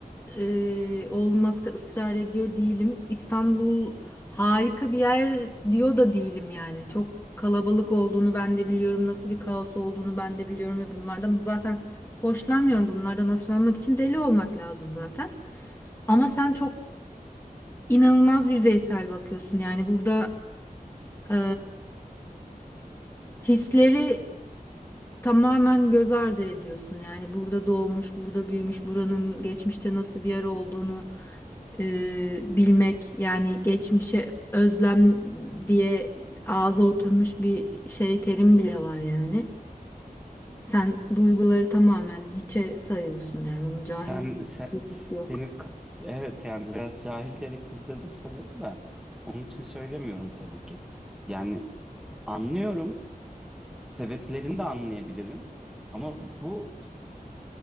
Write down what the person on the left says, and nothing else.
e, olmakta ısrar ediyor değilim. İstanbul harika bir yer diyor da değilim yani. Çok kalabalık olduğunu ben de biliyorum. Nasıl bir kaos olduğunu ben de biliyorum ve bunlardan zaten hoşlanmıyorum. Bunlardan hoşlanmak için deli olmak lazım zaten. Ama sen çok inanılmaz yüzeysel bakıyorsun. Yani burada e, hisleri tamamen göz ardı ediyorsun. Yani burada doğmuş, burada büyümüş, buranın geçmişte nasıl bir yer olduğunu e, bilmek yani geçmişe özlem diye ağza oturmuş bir şey terim bile var yani. Sen duyguları tamamen hiçe sayıyorsun yani bunun cahillik
bilgisi yok.